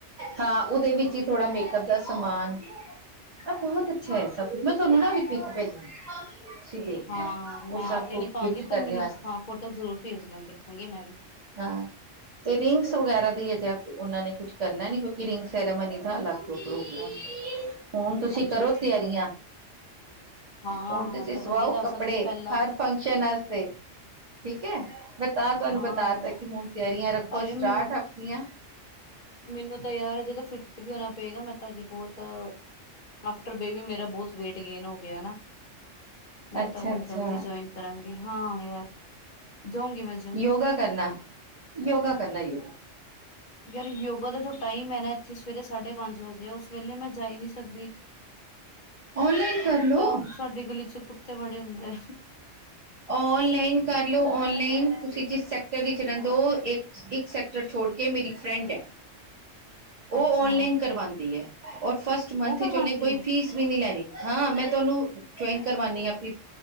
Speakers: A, on the right; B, on the left.
A: ਹਾਂ ਉਹਦੇ ਵਿੱਚ ਹੀ ਥੋੜ੍ਹਾ ਮੇਕਅਪ ਦਾ ਸਮਾਨ ਆ ਬਹੁਤ ਅੱਛਾ ਹੈ ਸਭ ਕੁਛ ਮੈਂ ਤੁਹਾਨੂੰ ਨਾ ਉਦੀ ਪਿਕ ਭੇਜਾਂਗੀ। ਤੁਸੀਂ ਦੇਖਨਾ
B: ਹਾਂ
A: ਉਹ
B: ਮੈਂ ਆ
A: ਸਭ
B: ਤੇ
A: ਕੋ
B: ਨੀ ਪਾਂਗੀ
A: ਗਿਫਟ
B: ਪਰ
A: ਕਰਨੇ
B: ਮੈਨੂੰ
A: ਵਾਸਤੇ।
B: ਹਾਂ ਫੋਟੋ ਜ਼ਰੂਰ ਭੇਜਣਾ ਦੇਖਾਂਗੇ ਮੈਂ ਵੀ
A: ਹਾਂ ਤੇ ਰਿੰਗਸ ਵਗੈਰਾ ਦੀ ਅਜਿਹਾ ਉਹਨਾਂ ਨੇ ਕੁਛ ਕਰਨਾ ਨੀ ਕਿਉਂਕਿ ਰਿੰਗ ਸੈਰਾਮਨੀ ਦਾ ਅਲੱਗ ਤੋਂ ਏ ਪ੍ਰੋਗਰਾਮ। ਹੁਣ ਤੁਸੀਂ
B: ਅੱਛਾ-ਅੱਛਾ
A: ਕਰੋ ਤਿਆਰੀਆਂ।
B: ਹਾਂ
A: ਹੁਣ ਤੁਸੀਂ
B: ਤਾਂ ਵਧੀਆ
A: ਸਵਾਓ
B: ਦੱਸਤਾ
A: ਕੱਪੜੇ
B: ਤੁਸੀਂ ਪਹਿਲਾਂ
A: ਹਰ ਫੰਕਸ਼ਨ ਆਸਤੇ। ਠੀਕ ਹੈ ਮੈਂ ਤਾਂ ਤੁਹਾਨੂੰ
B: ਹਾਂ
A: ਬਤਾ ਤਾ ਕਿ ਹੁਣ ਤਿਆਰੀਆਂ ਰੱਖੋ
B: ਅਰੇ
A: ਸਟਾਰਟ
B: ਮੈਨੂੰ
A: ਅਪਨੀਆਂ।
B: ਮੈਨੂੰ ਤਾਂ ਯਾਰ ਅਜੇ ਤਾਂ ਫਿੱਟ ਵੀ ਹੋਨਾ ਪਏਗਾ ਮੈਂ ਤਾਂ ਅਜੇ ਬਹੁਤ ਆਫ਼੍ਟਰ ਬੇਬੀ ਮੇਰਾ ਬਹੁਤ ਵੇਟ ਗੇਨ ਹੋ ਗਿਆ ਨਾ। ਮੈਂ
A: ਅੱਛਾ
B: ਤਾਂ ਹੁਨ
A: ਅੱਛਾ
B: ਜਮਜੀ ਜੁਆਇਨ ਕਰਾਂਗੀ, ਹਾਂ ਯਾਰ। ਜਾਊਂਗੀ ਮੈਂ ਜਿਮ
A: ਯੋਗਾ ਕਰਨਾ, ਯੋਗਾ ਕਰਨਾ ਯੋਗਾ।
B: ਯਾਰ ਯੋਗਾ ਦਾ ਜੋ ਟਾਈਮ ਹੈ ਨਾ ਇੱਥੇ ਸਵੇਰੇ ਸਾਢੇ ਪੰਜ ਵਜੇ ਉਸ ਵੇਲੇ ਮੈਂ ਜਾ ਹੀ ਨਹੀਂ ਸਕਦੀ।
A: ਔਨਲਾਈਨ ਕਰ ਲੋ
B: ਇੱਕ ਤਾਂ ਸਾਡੀ ਗਲੀ ਚ ਕੁੱਤੇ ਬੜੇ ਹੁੰਦੇ।
A: ਔਨਲਾਈਨ ਕਰਲਓ, ਔਨਲਾਈਨ ਤੁਸੀਂ ਜਿਸ ਸੈਕਟਰ ਚ ਰਹਿੰਦੇ ਹੋ ਇੱਕ ਸੈਕਟਰ ਛੋ ਮੁੜ ਕੇ ਮੇਰੀ ਫਰੈਂਡ ਹੈ। ਉਹ
B: ਅੱਛਾ
A: ਔਨਲਾਈਨ ਕਰਵਾਂਦੀ ਹੈ, ਔਰ ਫਸਟ ਮੰਥ
B: ਉਹ ਕਰਵਾਉਂਦੀ
A: ਇਚ ਉਹਨੇ ਕੋਈ
B: ਹੈ।
A: ਫੀਸ ਵੀ ਨਹੀਂ ਲੈਨੀ। ਹਾਂ! ਮੈਂ ਤੁਹਾਨੂੰ ਜੁਆਇਨ ਕਰਵਾਨੀ ਹਾ, ਅਪਨੀ